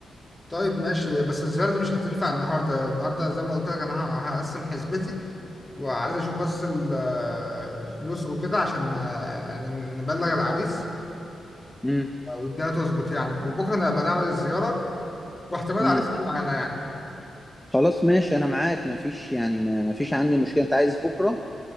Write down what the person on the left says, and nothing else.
طيب ماشي بس الزيارة دي مش هتنفع النهاردة النهاردة زي ما قلت لك أنا ه- هقسم حسبتي وعايز أشوف بس ال- آه، الفلوس وكده عشان آه، يعني نبلغ العريس
والدنيا تظبط يعني وبكره انا هبقى نعمل الزياره واحتمال
عريس يجي معانا يعني